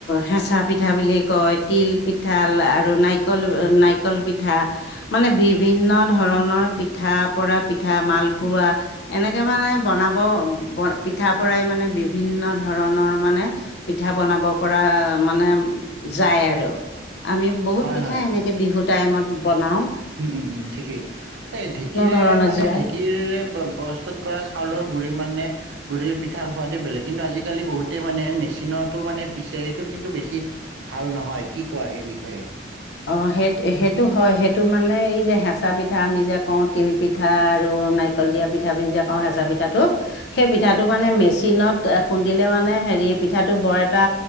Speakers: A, on the left; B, on the right.
A: হেঁচা পিঠা বুলি কয়! তিল পিঠা আৰু নাৰিকল, নাৰিকল পিঠ পিঠা, মানে বিভিন্ন ধৰণৰ পিঠা, পুৰা পিঠা, মালপোৱা। এনেকে, মানে বনাব, পিঠা পৰাই মানে, বিভিন্ন ধৰণৰ মানে, পিঠা বনাব পৰা, মানে, যায় আৰু। আমি বহুত
B: হয়
A: পিঠা
B: হয়
A: এনেকে বিহু টাইমত বনাওঁ।
B: উম, উম, উম, ঠিকেই! এই, ঢেঁকীৰে
A: ধৰণৰ
B: মানে,
A: জিৰা
B: ঢেঁকীৰে বস্তা কৰা চাউলৰ গুৰি মানে, গুৰিৰ পিঠাৰ সোৱাদে বেলেগ! কিন্তু, আজিকালি বহুতেই মানে, মেচিনতো মানে, পিছে। সেইটো কিন্তু, বেছি ভাল নহয়! কি কোৱা এই বিষয়ে?
A: অ'! সেই, সেইটো হয়! সেইটো মানে, এই যে, হেঁচা পিঠা আমি যে কওঁ, তিল পিঠা পিঠা আৰু নাৰিকল দিয়া পিঠা বুলি যে কওঁ, হেঁচা পিঠাটোক। সেই, পিঠাটো মানে, মেচিনত খুন্দিলে মানে, সেৰি পিঠাটো বৰ এটা